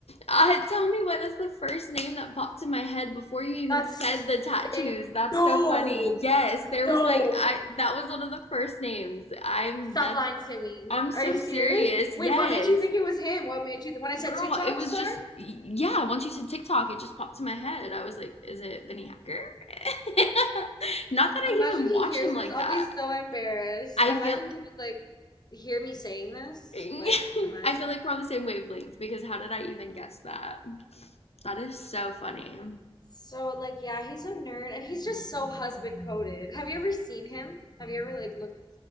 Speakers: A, on the left; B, on the left.
A: Uh, tell me what is the first name that popped in my head before you even
B: That's
A: said the tattoos.
B: sick.
A: That's
B: No.
A: so funny. Yes, there
B: No.
A: was like I that was one of the first names. I'm
B: Stop
A: that's
B: lying to me.
A: I'm so
B: Are you serious?
A: serious.
B: Wait,
A: Yes.
B: what made you think it was him? What made you th when I said
A: Girl,
B: TikTok
A: it was
B: star?
A: just yeah, once you said TikTok, it just popped in my head. I was like, is it Vinny Hacker? <laughs> Not that I
B: Imagine
A: even
B: he
A: watch
B: hears
A: him
B: this.
A: like
B: I'll
A: that.
B: be so embarrassed.
A: I
B: Imagine
A: feel
B: he would like hear me saying this.
A: <laughs> I
B: Like, imagine.
A: feel like we're on the same wavelength because how did I even guess that? That is so funny.
B: He- So like yeah, he's a nerd and he's just so husband coded. Have you ever seen him? Have you ever like looked